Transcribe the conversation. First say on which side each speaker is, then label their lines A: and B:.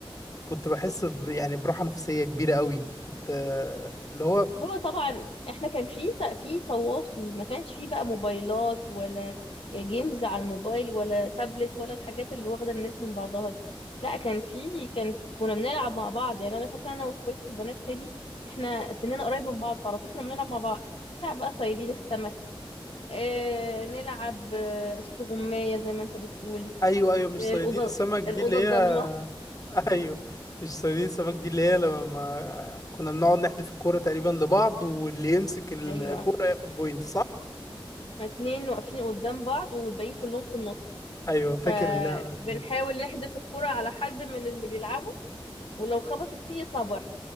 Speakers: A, on the left; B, on the left.
A: كنت بحس ب... يعني براحه نفسيه كبيره قوي كنت آه، اللي هو
B: هو طبعا احنا كان في في تواصل ما كانش في بقى موبايلات ولا جيمز على الموبايل ولا تابلت ولا الحاجات اللي واخده الناس من بعضها دي. لا كان في كان في كنا بنلعب مع بعض يعني انا فاكره انا واخواتي وبنات خالي احنا سننا قريب من بعض فعلى طول كنا بنلعب مع بعض نلعب بقى صيادين السمك اه نلعب آه، استغمايه زي ما انت بتقول
A: ايوه ايوه مش
B: آه،
A: صيادين
B: الاوضه
A: سمك دي
B: الاوضه
A: اللي
B: الضلمه
A: هي <laughs> ايوه مش صيادين سمك دي اللي هي لما كنا بنقعد نحدف الكوره تقريبا لبعض واللي يمسك الكوره
B: ايوه
A: ياخد بوينت صح
B: اتنين واقفين قدام بعض والباقيين كلهم في النص
A: ايوه فاكر
B: فبنحاول
A: اللعبه دي
B: نحدف الكرة على حد من اللي بيلعبوا ولو خبطت فيه يطلع بره